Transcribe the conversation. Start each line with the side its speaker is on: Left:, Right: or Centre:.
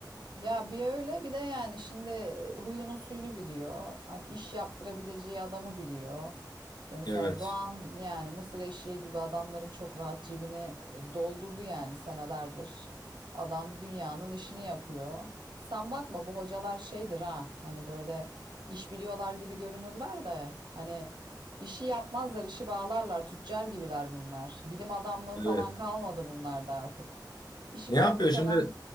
Right: Ya bir öyle bir de yani şimdi e, huyunun suyunu biliyor. Hani iş yaptırabileceği adamı biliyor. Mesela
Left: Evet.
Right: Doğan yani mısır eşeği gibi adamların çok rahat cebini e, doldurdu yani senelerdir. Adam dünyanın işini yapıyor. Sen bakma bu hocalar şeydir ha hani böyle iş biliyorlar gibi görünürler de hani işi yapmazlar işi bağlarlar tüccar gibiler bunlar. Bilim adamlığı
Left: Evet.
Right: falan kalmadı bunlarda artık. İşi
Left: Ne
Right: fabrikadan
Left: yapıyor şimdi